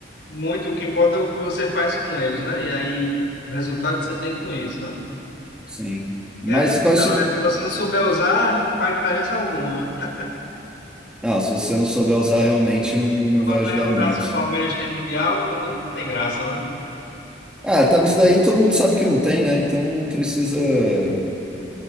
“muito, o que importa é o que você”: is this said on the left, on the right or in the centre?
Left